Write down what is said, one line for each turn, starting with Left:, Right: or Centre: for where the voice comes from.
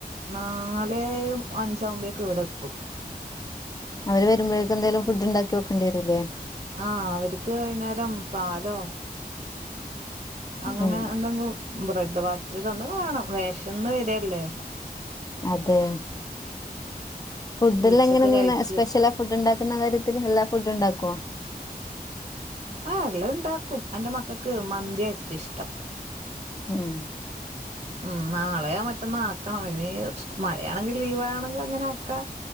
Right: നാല് അഞ്ചാവുമ്പേ ക്ക് ഇവിടെ ത്തും
Left: അവര് വരുമ്പോഴേക്കും എന്തേലും ഫുഡ് ഉണ്ടാക്കി വെക്കേണ്ടി വരൂല്ലേ
Right: ആഹ് അവർക്ക് വൈകുന്നേരം പാലോ അങ്ങനെ
Left: ഉം
Right: എന്തെങ്കും ബ്രെഡ് വട്ടിയതൊന്ന വേണം വേഷംന്ന് വരല്ലേ
Left: അതെ ഫുഡിൽ
Right: ഇനി ഉച്ചക്ക്
Left: എങ്ങനെ നീ
Right: കഴിച്ച്
Left: സ്പെഷ്യൽ ആ ഫുഡ് ഉണ്ടാക്കുന്ന കാര്യത്തിൽ എല്ലാ ഫുഡ് ഉണ്ടാകോ
Right: ആ എല്ല ഉണ്ടാക്കും എൻ്റെ മക്കൾക്ക് മന്തി ഏറ്റവും ഇഷ്ടം
Left: ആഹ്
Right: ഉം നാളെയാ മറ്റോ ന്നാക്കണം ഇനി സ് മഴയാണെങ്കി ലീവ് ആണെങ്കെ അങ്ങനെ ആക്കാ